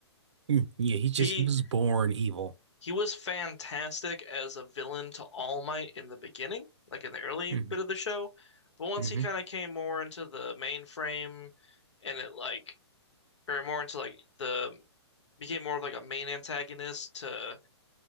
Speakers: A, on the right; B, on the left.
A: Mm, yeah, he just
B: He
A: he was born evil.
B: he was fantastic as a villain to All Might in the beginning, like in the early
A: hmm
B: bit of the show, but once
A: hmm
B: he kind of came more into the mainframe and it like or more into like the became more of like a main antagonist to